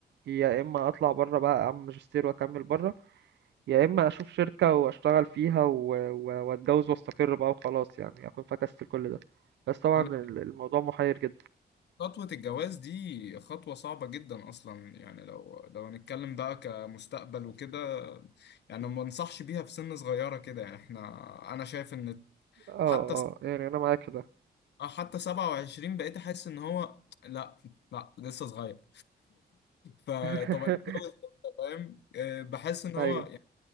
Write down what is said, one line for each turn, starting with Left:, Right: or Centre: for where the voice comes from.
Right: يا اما اطلع بره بقى اعمل ماجستير واكمل بره يا اما اشوف شركة واشتغل فيها و... و... واتجوز واستقر بقى وخلاص يعني اكون فكست كل ده بس طبعا
Left: فأنا
Right: ال- الموضوع محير جدا
Left: خطوة الجواز دي خطوة صعبة جدا أصلا يعني لو لو هنتكلم بقى كمستقبل وكده يعني ما انصحش بيها في سن صغيرة كده يعني احنا أنا شايف إن
Right: اه
Left: حتى
Right: اه يعني انا معاك في ده
Left: اه حتى 27 بقيت احس ان هو لا لا لسه صغير <laughs> فطب
Right: <laughs>
Left: انا اتجوز امتى، فاهم آه، بحس ان هو
Right: ايوه
Left: يعني